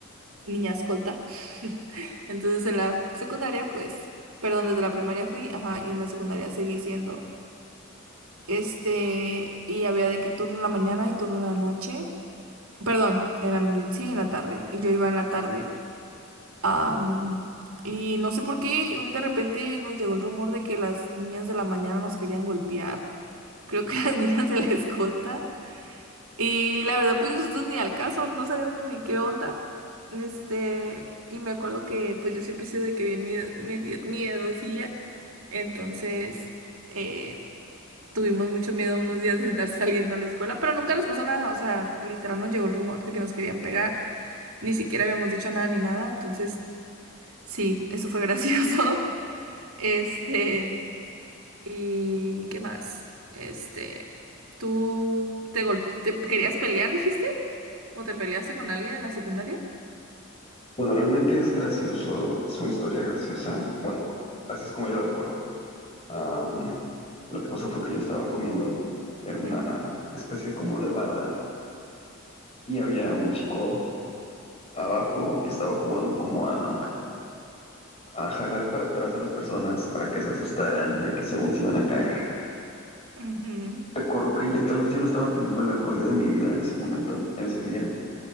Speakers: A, on the right; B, on the left.
A: niña escolta. <laughs> Entonces en la secundaria, pues, perdón, desde la primaria fui, ajá, y en la secundaria seguí siendo. Este, y había de que turno en la mañana y turno en la noche. Perdón, en la- sí, en la tarde. Y yo iba en la tarde. am, y no sé por qué, un de repente nos llegó el rumor de que las niñas de la mañana nos querían golpear. Creo que <laughs> las niñas de la escolta. Y la verdad, pues nosotros ni al caso, no sabíamos ni qué onda. Este, y me acuerdo que pues yo siempre he sido de que bien miedo, medio miedosilla. Entonces. eh, Tuvimos mucho miedo unos días de estar saliendo a la escuela, pero nunca nos pasó nada. O sea, literal nos llegó el rumor de que nos querían pegar. Ni siquiera habíamos dicho nada ni nada. Entonces, sí, eso fue gracioso. <laughs> Este, ¿y qué más? Este, ¿tú te, gol- te querías pelear, dijiste? ¿O te peleaste con alguien en la secundaria?
B: Bueno, realmente es gracioso, es una historia graciosa. Bueno, así es como yo la recuerdo. Am, lo que pasó fue que yo estaba comiendo en una
A: Ujú,
B: especie como de barda y había un chico abajo que estaba jugando como a, a jalar para atrás a las personas para que se asustaran de que según se iban a caer.
A: ujú,
B: recuerdo que ya tal vez yo no estaba teniendo el mejor día de mi vida en ese momento, en ese día.